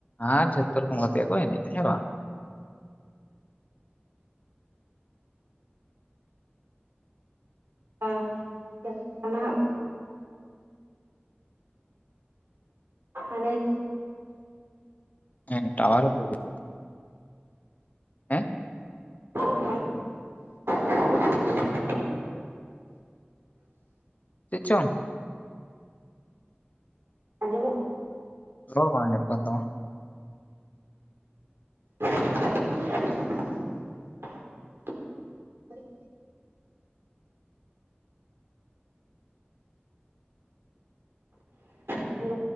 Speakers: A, on the left; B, on the right.
A: ᱟᱨ ᱡᱷᱚᱛᱚ ᱨᱚᱠᱚᱢ ᱠᱟᱛᱮ ᱦᱚᱸ ᱠᱳ ᱮᱱᱮᱡ ᱫᱟ ᱦᱮ ᱵᱟᱝ᱾
B: ᱦᱮᱸ <unintelligible> ᱚᱱᱟ ᱦᱟᱜ ᱦᱟᱱᱮ
A: ᱦᱮᱸ ᱴᱟᱣᱟᱨ-ᱮ ᱯᱨᱚᱵᱞᱮᱢ ᱦᱮᱸ!
B: <unintelligible> <unintelligible>
A: ᱪᱮᱫ ᱪᱚᱝ?
B: ᱟᱸᱡᱢᱚᱜ ᱠᱟᱱᱟ?
A: ᱨᱚᱲ ᱵᱟᱝ ᱟᱡᱚᱢᱚᱜ ᱠᱟᱱ ᱛᱟᱢᱟ᱾
B: <unintelligible> ᱦᱮᱞᱳ,